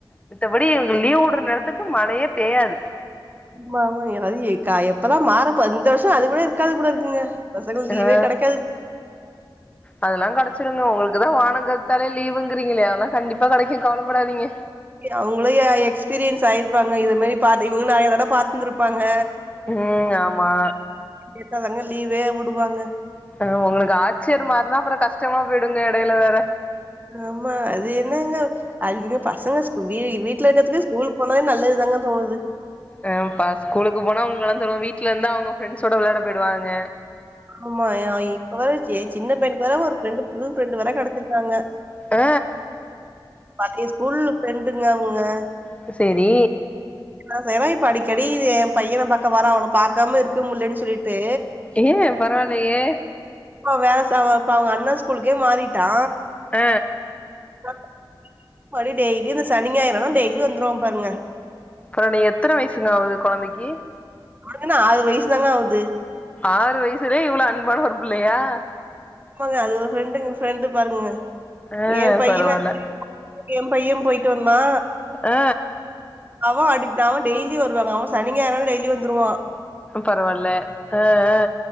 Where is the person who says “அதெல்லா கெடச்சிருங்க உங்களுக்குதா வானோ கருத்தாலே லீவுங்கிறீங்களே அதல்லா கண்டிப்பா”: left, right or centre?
Left